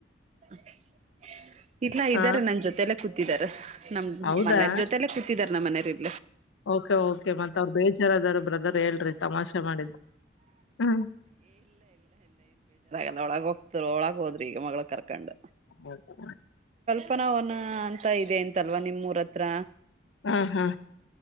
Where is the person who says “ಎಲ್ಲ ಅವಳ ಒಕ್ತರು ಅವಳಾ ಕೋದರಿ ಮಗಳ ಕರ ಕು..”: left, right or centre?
Right